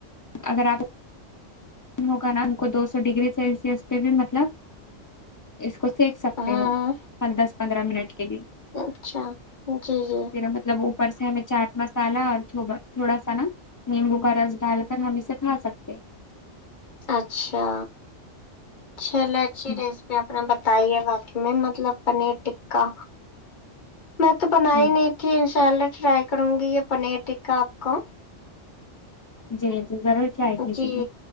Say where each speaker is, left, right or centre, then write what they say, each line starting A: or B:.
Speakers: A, on the left; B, on the left.
A: اگر آپ ہوگا نا ہم کو دو سو ڈگری سیلسس پہ بھی مطلب اس کو سیک سکتے
B: ہاں ہاں
A: ہو پن دس پندرہ منٹ کے لیے
B: اچھا جی جی
A: میرا مطلب اوپر سے ہمیں چاٹ مسالا اور تھوڑا سا نا نمبو کا رس ڈال کر ہم اسے کھا سکتے
B: اچھا چل اچھی
A: ہیں۔
B: ڈز میں اپنا بتائی ہے واقع میں مطلب پنیر ٹکا میں تو بنا
A: ہ
B: ہی نہیں تھی انشاء اللہ ٹرائی کروں گی یہ پنیر ٹکا آپ کا
A: جی جی ضرور ٹرائی کیجیے
B: جی
A: گا